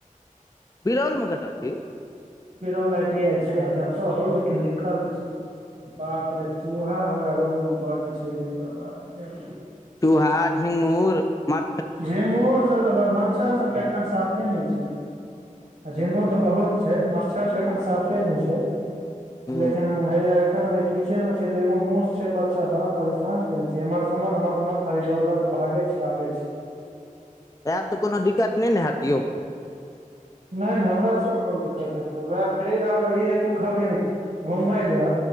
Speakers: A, on the left; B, on the right.
A: बिरौल मे कत छै यौ
B: बिरौल आई टी आई छै आब जत होय लेकिन लिखल तऽ छै बापरे चूहा हमरा रूममे बड छै रै बर्बाद कैदे
A: चूहा झिंगूर म
B: झिंगुर सब त मच्छर सब त एखन साफे नय छै आ झिंगुर तऽ बहुत छै मच्छर तऽ एखन साफे न छै
A: आयब
B: लेकिन ओ हैय एख ने किचेन मे छै त एगो मुस छै बच्चा बड़ा परेशान केने छै एमहर स ओमहर, ओमहर स ओमहर खाली दौड़ दौड़ क भागै छै <unintelligible> आबै छी
A: त आयब त कोनो दिकत नय ने हैत यौ
B: नै नै हमरा स कोन दिकत हेतै वैह फ्री रहबै इ जे तों खहबिहिन घूमय ल